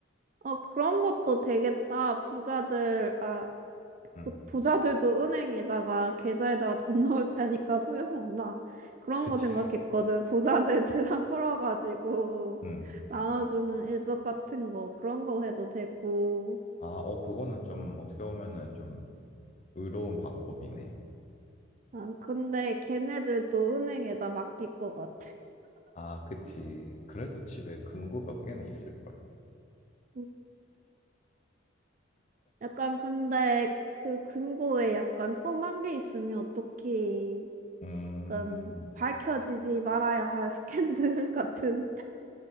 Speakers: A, on the right; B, on the left.
A: 어, 그런 것도 되겠다. 부자들, 아,
B: 응,
A: 부- 부자들도 은행에다가 계좌에다가 돈 <laughs> 넣을 테니까 소용없나. 그런
B: 그치.
A: 거 생각했거든. 부자들 <laughs> 재산 털어가지고
B: 응.
A: 나눠주는 일적 같은 거 그런 거 해도 되고.
B: 아, 어, 그거는 좀 어떻게 보면은 좀 의로운 방법이네.
A: 아, 근데 걔네들도 은행에다 맡길 것 같아.
B: 아, 그치. 그래도 집에 금고 몇 개는 있을걸.
A: <laughs> 약간 근데 그 금고에 약간 험한 게 있으면 어떻게
B: 음.
A: 약간 밝혀지지 말아야 할 스캔들 <laughs> 같은.